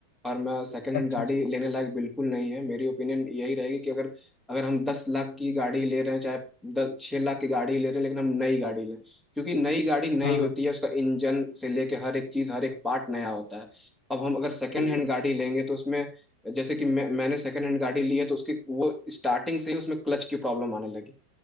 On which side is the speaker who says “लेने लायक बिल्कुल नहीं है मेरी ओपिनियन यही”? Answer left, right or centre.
Centre